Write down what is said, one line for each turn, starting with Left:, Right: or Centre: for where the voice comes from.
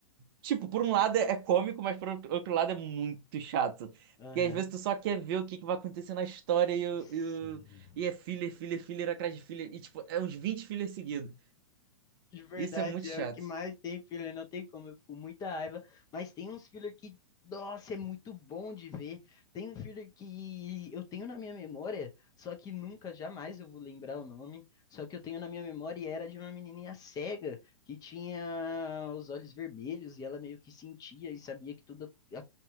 Right: Tipo, por um lado é é cômico, mas por outro outro lado é muito chato. Porque
Left: Aham.
Right: às vezes tu só quer ver o que que vai acontecer na história e, o-
Left: Sim.
Right: e, o- e é filler, filler, filler atrás de filler. E, tipo, é uns 20 fillers seguidos.
Left: De verdade,
Right: Isso é muito chato.
Left: é o que mais tem filler, não tem como, eu fico com muita raiva, mas tem uns filler que, nossa, é muito bom de ver. Tem um filler que eu tenho na minha memória, só que nunca, jamais eu vou lembrar o nome, só que eu tenho na minha memória e era de uma menininha cega que tinha os olhos vermelhos e ela meio que sentia e sabia que tudo, a-